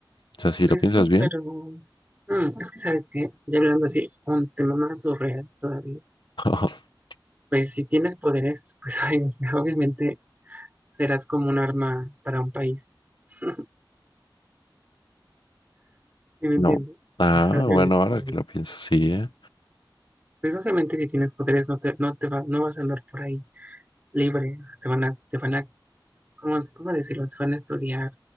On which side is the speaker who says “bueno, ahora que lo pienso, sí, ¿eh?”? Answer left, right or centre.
Left